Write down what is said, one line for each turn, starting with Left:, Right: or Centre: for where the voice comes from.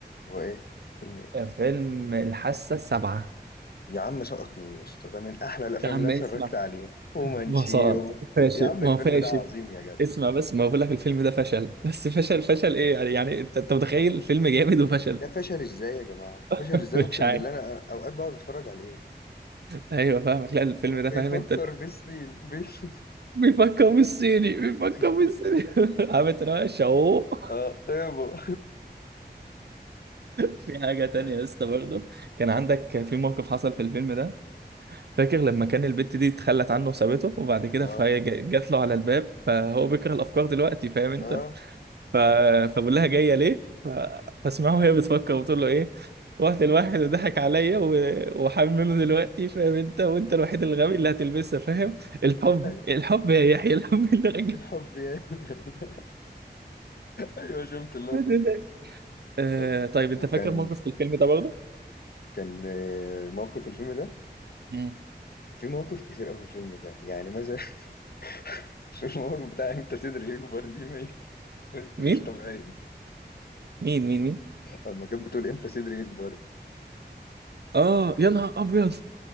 Left: هو إيه فيلم إيه
Right: فيلم الحاسه السابعه
Left: يا عم سقط مين يا اسطى ده من أحلى الأفلام
Right: يا عم
Left: اللي أنا
Right: اسمع
Left: اتفرجت عليها ومنشيو
Right: ما سقط فاشل
Left: يا عم
Right: ما
Left: الفيلم
Right: هو فاشل
Left: ده عظيم يا جدع
Right: اسمع بس ما بقول لك الفيلم ده فشل بس فشل فشل ايه يعني يعني انت انت متخيل فيلم جامد وفشل
Left: ده فشل إزاي يا جماعة فشل
Right: <laughs>
Left: إزاي
Right: مش
Left: أقسم
Right: عارف
Left: بالله أنا أوقات بقعد أتفرج عليه
Right: ايوه فاهمك لا الفيلم
Left: بيفكر
Right: ده فاهم انت
Left: بالسين بيفكر
Right: بيفكر بالصيني بيفكر
Left: <laughs>
Right: بالصيني <laughs> عامل تناقش اهو <laughs>
Left: اه طيبه
Right: في حاجة تانية
Left: لا
Right: يا اسطى برضه كان عندك في موقف حصل في الفيلم ده فاكر لما كان البت دي اتخلت عنه وسابته وبعد كده
Left: اه
Right: فهي جا- جات له على الباب فهو بيكره الأفكار دلوقتي فاهم أنت
Left: اه
Right: ف... فبقول لها جاية ليه ف... فاسمعه وهي بتفكر وتقول له إيه رحت لواحد وضحك عليا و... وحامل منه دلوقتي فاهم أنت وأنت الوحيد الغبي اللي هتلبسها فاهم الحب
Left: أي-
Right: الحب يا يحيى الحب اللي رجع
Left: الحب يعني <laughs> ايوه شفت اللقطه
Right: <laughs>
Left: دي
Right: آه
Left: طب
Right: طيب انت
Left: وكان
Right: فاكر موقف في الفيلم ده برضه
Left: كان آه، موقف في الفيلم ده
Right: مم.
Left: في مواقف كتير قوي في الفيلم ده يعني مثلا <laughs> في الموقف بتاع امتى صدري يكبر دي ميت بس
Right: مين
Left: مش طبيعيه
Right: مين مين مين
Left: لما كانت بتقول امتى صدري يكبر
Right: اه يا نهار ابيض